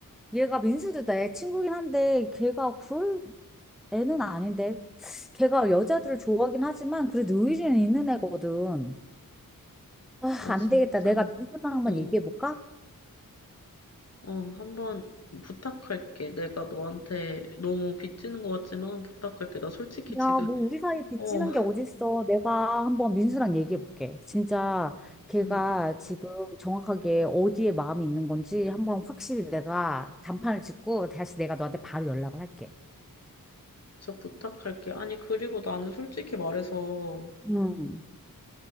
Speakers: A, in the centre; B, on the left (about 45°).
A: 얘가 민수도 내 친구긴 한데, 걔가 그럴 애는 아닌데. 걔가 여자들을 좋아하긴 하지만, 그래도 의리는 있는 애거든. 아,
B: 나
A: 안
B: 진짜,
A: 되겠다. 내가 민수랑 한번
B: 어,
A: 얘기해볼까?
B: 어, 한번 부탁할게. 내가 너한테 너무 빚지는 것 같지만 부탁할게. 나 솔직히 지금,
A: 야, 뭐 우리 사이 빚지는
B: 어,
A: 게 어딨어. 내가 한번 민수랑 얘기해 볼게. 진짜 걔가
B: 음.
A: 지금 정확하게 어디에 마음이 있는 건지 한번 확실히 내가 단판을 짓고 다시 내가 너한테 바로 연락을 할게.
B: 진짜 부탁할게. 아니, 그리고 나는 솔직히 말해서
A: 음.